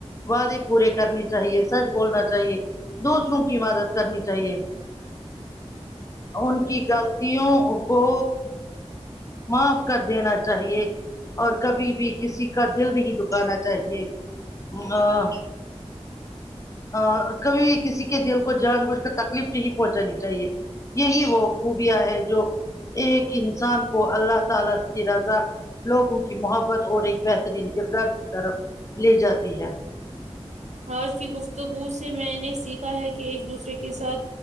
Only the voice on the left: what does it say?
وعدے پورے کرنے چاہیے سچ بولنا چاہیے دوسروں کی مدد کرنی چاہیے ان کی غلطیوں کو معاف کر دینا چاہیے اور کبھی بھی کسی کا دل نہیں دکھانا چاہیے <unintelligible> آ کبھی کسی کے دل کو جان بوجھ کر تکلیف نہیں پہنچانی چاہیے یہی وہ خوبیاں ہے جو ایک انسان کو اللہ تعالی کی رضا لوگوں کی محبت اور ایک بہترین کردار کی طرف لے جاتی ہے